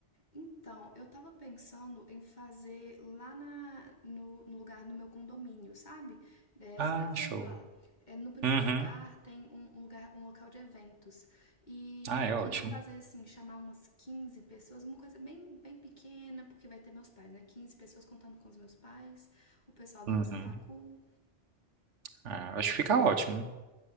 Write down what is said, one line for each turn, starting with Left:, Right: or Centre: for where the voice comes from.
Left: Então, eu tava pensando em fazer lá na, no, no lugar do meu condomínio, sabe? É,
Right: Ah,
Left: você já foi
Right: show.
Left: lá? É, no primeiro
Right: Uhum.
Left: andar tem um um lugar, um local de eventos. E
Right: Ah,
Left: eu
Right: é
Left: queria
Right: ótimo.
Left: fazer assim, chamar umas 15 pessoas, uma coisa bem, bem pequena, porque vai ter meus pais, né? quinze pessoas contando com os meus pais, o pessoal da
Right: Uhum.
Left: nossa facul.
Right: Ah, acho que fica ótimo.